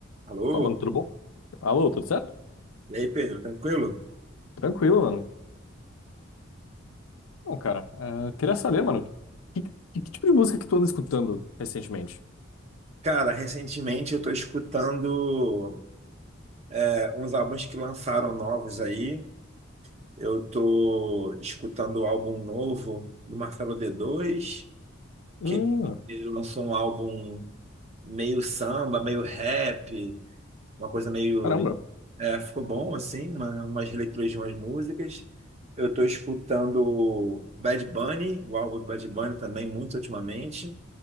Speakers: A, on the right; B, on the left.
A: Alô?
B: Pô, mano, tudo bom? Alô, tudo certo?
A: E aí, Pedro, tranquilo?
B: Tranquilo, mano. Bom, cara, eh, queria saber, mano, que, que- que tipo de música que tu anda escutando recentemente?
A: Cara, recentemente eu tô escutando é, uns álbuns que lançaram novos aí. Eu tô escutando o álbum novo do Marcelo D2,
B: Hum,
A: que ele lançou um álbum meio samba, meio rap, uma coisa meio.
B: caramba.
A: é, ficou bom, assim, uma, umas releituras de umas músicas. Eu tô escutando o Bad Bunny, o álbum do Bad Bunny também, muito ultimamente.